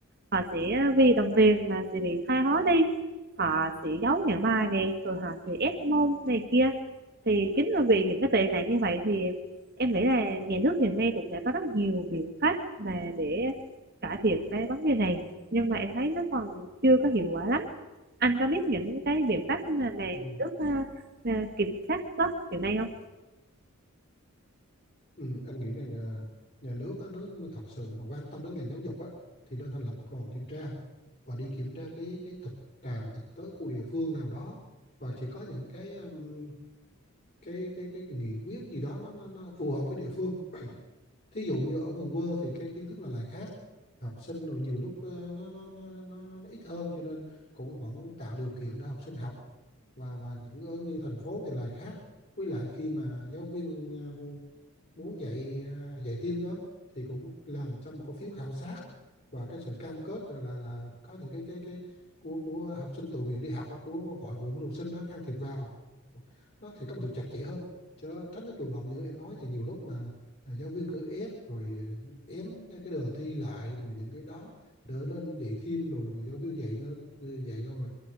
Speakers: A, on the right (about 45°); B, on the left (about 45°).
A: họ sẽ vì đồng tiền mà sẽ bị thoái hóa đi họ sẽ giấu những bài nè rồi họ sẽ ép môn này kia thì chính là vì những cái tệ nạn như vậy thì em nghĩ là nhà nước hiện nay cũng đã có rất nhiều biện pháp mà để cải thiện cái vấn đề này nhưng mà em thấy nó còn chưa có hiệu quả lắm anh có biết những cái biện pháp mà mà
B: ừ.
A: nhà nước ờ, ờ, kiểm soát tốt hiện nay không
B: Ừ, anh nghĩ rằng à, nhà nước á, nếu mà thật sự mà quan tâm đến ngành giáo dục á thì nên thành lập một đoàn kiểm tra và đi kiểm tra cái cái thực trạng thực tế của địa phương nào đó và chỉ có những cái um, cái cái cái nghị quyết gì đó nó nó, nó phù hợp với địa phương thí dụ như ở miền quê thì cái kiến thức là lại khác học sinh rồi nhiều lúc ờ, nó nó nó nó, nó nó ít hơn cho nên cũng vẫn tạo điều kiện để học sinh học và và những ở như thành phố thì lại khác với lại khi mà giáo viên ờ, muốn dạy à, dạy thêm đó thì cũng làm cho một cái phiếu khảo sát và cái sự cam kết rồi là là có những cái cái cái của của học sinh tự nguyện đi học á, của hội phụ huynh học sinh đó can thiệp vào nó sẽ có một sự chặt chẽ hơn chứ tránh cái trường hợp như em nói thì nhiều lúc mà à, giáo viên cứ ép rồi ém cái cái đề thi lại rồi những cái đó đỡ lên dạy thêm rồi rồi giáo viên dạy lên dạy rồi